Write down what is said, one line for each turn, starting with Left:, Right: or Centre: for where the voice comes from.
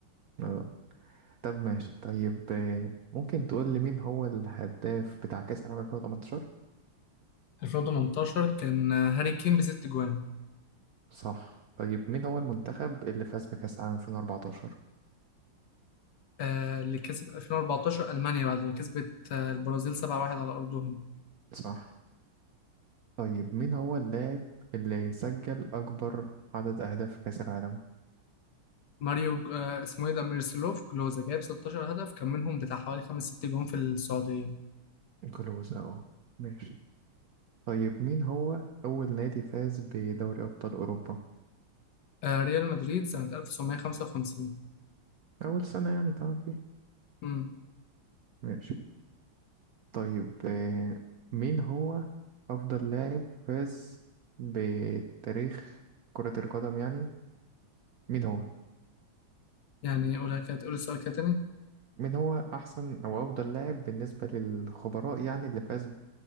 Right: اه طب ماشي طيب آه، ممكن تقول لي مين هو الهداف بتاع كأس العالم 2018؟
Left: 2018 كان آه، هاري كين بست جوان
Right: صح طيب مين هو المنتخب اللي فاز بكأس العالم 2014؟
Left: آه اللي كسب 2014 المانيا بعد ما كسبت آه البرازيل 7-1 على ارضهم
Right: صح طيب مين هو اللاعب اللي سجل أكبر عدد أهداف في كأس العالم؟
Left: ماريو آه اسمه ايه ده ميرسلوف كلوزا جايب 16 هدف كان منهم بتاع حوالي 5 6 جوان في السعوديه
Right: كلوز اهو ماشي طيب مين هو أول نادي فاز بدوري أبطال أوروبا؟
Left: آه ريال مدريد سنه 1955
Right: أول سنة يعني اتعمل فيها
Left: امم
Right: ماشي طيب آه، مين هو أفضل لاعب فاز بتاريخ كرة القدم يعني مين هو؟
Left: يعني قولها كده تقول السؤال كده تاني
Right: مين هو أحسن أو أفضل لاعب بالنسبة للخبراء يعني اللي فاز